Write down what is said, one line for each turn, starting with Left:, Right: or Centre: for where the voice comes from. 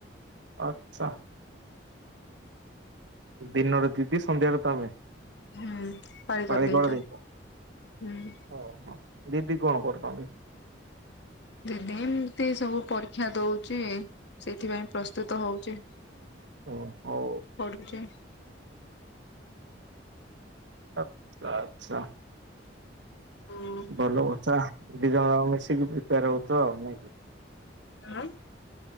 Right: ଆଚ୍ଛା। ଦିନରେ ଦିଦି ସନ୍ଧ୍ୟାରେ ତମେ।
Left: ହୁଁ ପଳି
Right: ପାଳି
Left: କରି ଦେଇେଛ
Right: କରିଦେଇଛ
Left: ହୁଁ।
Right: ଓହୋ ଦିଦି କଣ କରୁଛନ୍ତି?
Left: ଦିଦି ଏମିତି ସବୁ ପରୀକ୍ଷା ଦଉଛି ସେଥିପାଇଁ ପ୍ରସ୍ତୁତ ହଉଛି।
Right: ଓ ହଉ
Left: ପଢୁଛି।
Right: ଆଚ୍ଛା ଆଚ୍ଛା।
Left: ହଁ।
Right: ଭଲ କଥାଡିଜ ମିଶିକି ପ୍ରିପେୟାର ହେଉଛ ଆଉ ନେଇାଇକି।
Left: ଆଁ